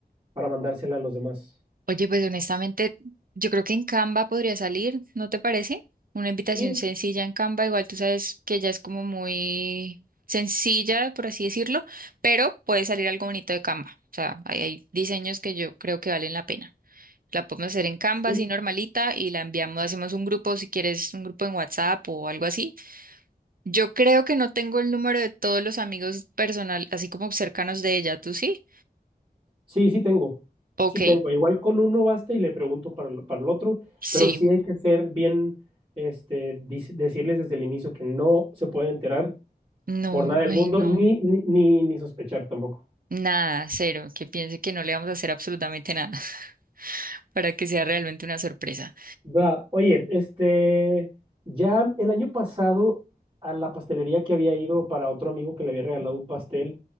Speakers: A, on the right; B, on the right.
A: Para mandársela a los demás.
B: Oye, pues honestamente, yo creo que en Canva podría salir, ¿no te parece? Una invitación
A: Sí,
B: sencilla en Canva, igual tú sabes que ella es como muy sencilla, por así decirlo, pero puede salir algo bonito de Canva. O sea, ahí hay diseños que yo creo que valen la pena. La podemos hacer en Canva,
A: sí,
B: así normalita, y la enviamos, hacemos un grupo, si quieres, un grupo en WhatsApp o algo así. Yo creo que no tengo el número de todos los amigos personal, así como cercanos de ella, ¿tú sí?
A: sí, sí tengo.
B: Ok,
A: Sí tengo. Igual con uno basta y le pregunto para el, para el otro,
B: sí.
A: pero sí hay que ser bien, este, dis- decirles desde el inicio que no se puede enterar
B: No,
A: por nada del
B: ay,
A: mundo,
B: no.
A: ni, ni, ni, ni sospechar tampoco.
B: Nada, cero, que piense que no le vamos a hacer absolutamente nada <laughs> para que sea realmente una sorpresa.
A: Va, oye, este, ya el año pasado a la pastelería que había ido para otro amigo que le había regalado un pastel,